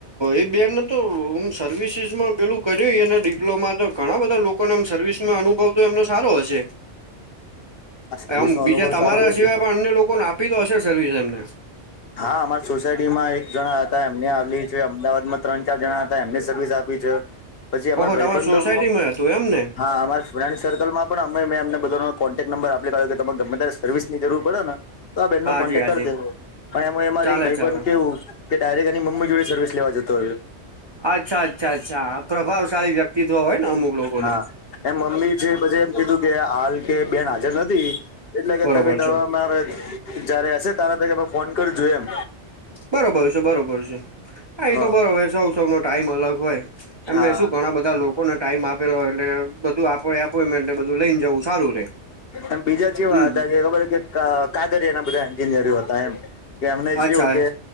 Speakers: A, on the right; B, on the left.
A: એ બેન તોમ સર્વિસીસ માં પેલું કર્યું અને ડિપ્લોમા તો ઘણા બધા લોકો લોકોમ સર્વિસમાં અનુભવ તો એમનો સારો હશે
B: આ સર્વિસ
A: આમ
B: નો
A: બીજા
B: અનુભવ
A: તમારા
B: સારો હોય
A: સિવાય
B: છે
A: પણ અન્ય લોકોને આપી તો હશે સર્વિસ એમને
B: હા અમાર સોસાયટી માં એક જણા હતા એમને આવે છે અમદાવાદમાં ત્રણ જણા હતા એમને સર્વિસ આપી છે પછી અમાર
A: ઓહો
B: ભાઈબંધો
A: તમારા સોસાયટીમાં હતું એમ ને
B: હા અમાર ફ્રેન્ડ સર્કલમાં પણ અમે મેં એમને બધાનો કોન્ટેક્ટ નંબર આપીયો કે તમે ગમે ત્યારે સર્વિસ ની જરૂર પડેને તો આ બેહેન
A: હાજી
B: નો કોન્ટેક્ટ
A: હાજી
B: કરી દેવો પણ અમારે
A: ચાલે
B: એક ભાઈબંધ
A: ચાલે
B: પણ કેવું કે ડાયરેક્ટ એની મમ્મી જોડે સર્વિસ લેવા જતો રહ્યો
A: અચ્છા અચ્છા અચ્છા પ્રભાવશાળી વ્યક્તિત્વ હોય ને અમુક લોકો
B: હા
A: ના
B: એમ મમ્મી છે પછી એમ કીધું કે હાલ કે બેન હાજર નથી એટલે કે
A: બરોબર
B: તમે તમા
A: છે
B: મારે જયારે હશે તારે ત કે ફોન કર જો એમ
A: બરોબર છે બરોબર છે હા એ
B: હ
A: તો બરોબર સૌ સૌ નો ટાઈમ અલગ હોય એમને
B: હા
A: શું ઘણા બધા બધા લોકોને ટાઈમ આપેલો હોય એટલે બધું આપ એપોઈન્ટમેન્ટ બધું લઈ ને જવું સારું રે
B: એમ બીજા ચેવા
A: હમ
B: હતા જે ખબર છે કે કાઘરી એના બધા એન્જિનિયર હતા એમ કે એમને
A: અચ્છા
B: શું કે